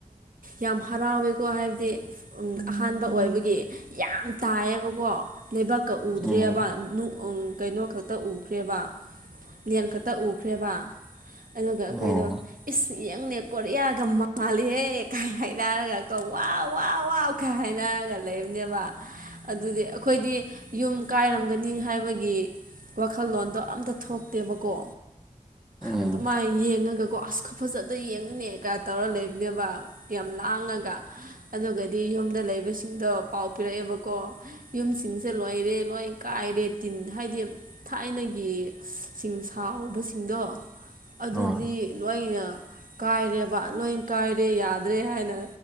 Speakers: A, on the right (about 80°); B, in the centre.
A: ꯌꯥꯝ ꯍꯔꯥꯎꯋꯦꯀꯣ ꯍꯥꯏꯕꯗꯤ ꯑꯍꯥꯟꯕ ꯑꯣꯏꯕꯒꯤ ꯌꯥꯝ ꯇꯥꯏꯌꯦꯕꯀꯣ ꯂꯩꯕꯛꯀ ꯎꯗ꯭ꯔꯦꯕ
B: ꯎꯝ
A: ꯀꯩꯅꯣ ꯈꯛ ꯈ ꯎꯈ꯭ꯔꯦꯕ ꯂꯦꯟ ꯈꯛꯇ ꯎꯈ꯭ꯔꯦꯕ ꯑꯗꯨꯒ ꯑꯩꯈꯣꯏꯗꯣ
B: ꯑꯣ
A: ꯏꯁꯡꯅꯦ ꯀꯣꯔꯤꯌꯥꯒ ꯃꯉꯥꯜꯂꯤꯍꯦ ꯀꯥꯏ ꯍꯥꯏꯗꯥꯔꯒ ꯀ ꯋꯥ ꯋꯥ ꯀ ꯍꯥꯏꯅꯔꯒ ꯂꯩꯕꯅꯦꯕ ꯑꯗꯨꯗꯤ ꯑꯩꯈꯣꯏꯗꯤ ꯌꯨꯝ ꯀꯥꯏꯔꯝꯒꯅꯤ ꯍꯥꯏꯕꯒꯤ ꯋꯥꯈꯜꯂꯣꯟꯗꯣ ꯑꯝꯇ ꯊꯣꯛꯇꯦꯕꯀꯣ
B: ꯎꯝ
A: ꯑꯗꯨꯃꯥꯏꯅ ꯌꯦꯡꯉꯒꯀꯣ ꯑ ꯐꯖꯗ ꯌꯦꯡꯉꯅꯦꯒ ꯇꯧꯔ ꯂꯩꯕꯅꯦꯕ ꯌꯥꯝ ꯂꯥꯡꯉꯒ ꯑꯗꯨꯒꯗꯤ ꯌꯨꯝꯗ ꯂꯩꯕꯁꯤꯡꯗꯣ ꯄꯥꯎ ꯄꯤꯔꯛꯑꯦꯕꯀꯣ ꯌꯨꯝꯁꯤꯡꯁꯦ ꯂꯣꯏꯔꯦ ꯂꯣꯏ ꯀꯥꯏꯔꯦ ꯇꯤꯟ ꯍꯥꯏꯗꯤ ꯊꯥꯏꯅꯒꯤ ꯆꯤꯡ ꯁꯥꯎꯕꯁꯤꯡꯗꯣ ꯑꯗꯨꯗꯤ
B: ꯑꯣ
A: ꯂꯣꯏꯅ ꯀꯥꯏꯔꯦꯕ ꯂꯣꯏ ꯀꯥꯏꯔꯦ ꯌꯥꯗ꯭ꯔꯦ ꯍꯥꯏꯅ